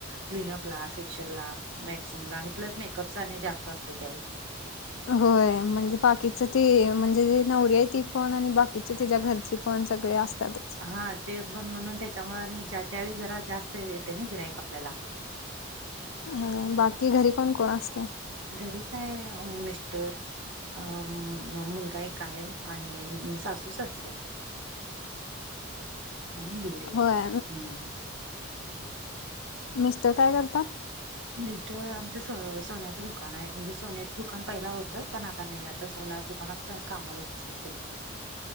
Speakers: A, on the right; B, on the left.
A: क्लीनअप ला फेशियल ला वॅक्सिंग ला आणि प्लस मेकअपचा आणि जास्त असते त्यावेळी
B: होय म्हणजे बाकीच ते म्हणजे नवरऱ आहे ती पण आणि बाकी तिच्या घरची पण सगळे असतातच.
A: हा ते पण म्हणून त्याच्यामुळे आणि त्यावेळीस जरा जास्त येते ना गिरायक आपल्याला
B: अ बाकी घरी कोण कोण असते.
A: घरी काय मिस्टर अ मुलगा एक आहे. काय आणि सासू सासरे आणि दीर दीर
B: होय
A: हम्म.
B: मिस्तर काय करतात.
A: मिस्टर आमचं सोन्याचं दुकान आहे म्हणजे सोन्याचं दुकान पहिला होतं पण आता नाही आता सोन्या दुकान मनातल्या कामालाचल त्यां